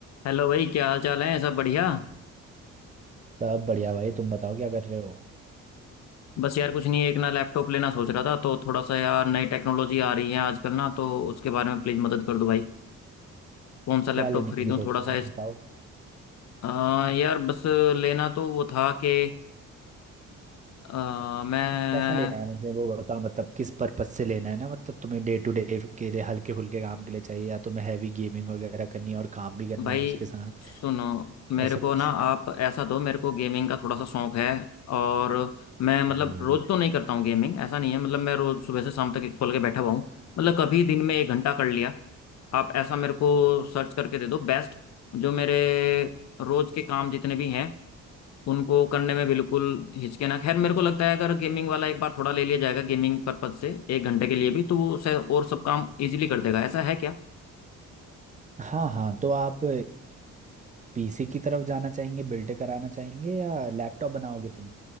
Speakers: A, on the left (about 60°); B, on the right (about 25°).
A: Hello भाई क्या हाल चाल है सब बढ़िया
B: सब बढ़िया भाई तुम बताओ क्या कर रहे हो
A: बस यार कुछ नहीं एक ना लैपटॉप लेना सोच रहा था तो थोड़ा सा यार नई टेक्नोलॉजी आ रही है आजकल ना तो उसके बारे में प्लीज़ मदद कर दो भाई कौन सा लैपटॉप
B: क्या लेने
A: खरीदूं
B: की सोच
A: थोड़ा
B: रहे हो
A: सा
B: यार
A: इस,
B: बताओ
A: आ, यार बस लेना तो वो था कि आ, मैं
B: कैसा लेना है मुझे वो बताओ मतलब किस पर्पज से लेना है ना मतलब तुम्हें डे टू डे के लिए हल्के फुल्के काम के लिए चाहिए या तुम्हें हैवी गेमिंग वगैरह करनी है और काम भी करना
A: भाई
B: है उसके साथ
A: सुनो मेरे
B: ऐसा
A: को
B: कुछ
A: ना आप ऐसा दो मेरे को गेमिंग का थोड़ा सा शौक है और मैं मतलब
B: बढ़िया भाई
A: रोज तो नहीं करता हूँ गेमिंग ऐसा नहीं है मतलब मैं रोज सुबह से शाम तक एक खोल के बैठा हुआ हूँ मतलब कभी दिन में एक घंटा कर लिया आप ऐसा मेरे को सर्च करके दे दो बेस्ट जो मेरे रोज के काम जितने भी हैं उनको करने में बिल्कुल हिचके ना खैर मेरे को लगता है अगर गेमिंग वाला एक बार थोड़ा ले लिया जाएगा गेमिंग पर्पज से एक घंटे के लिए भी तो वो शायद और सब काम इजीली कर देगा ऐसा है क्या
B: हाँ हाँ तो आप पीसी की तरफ जाना चाहेंगे बिल्ड कराना चाहेंगे या लैपटॉप बनाओगे तुम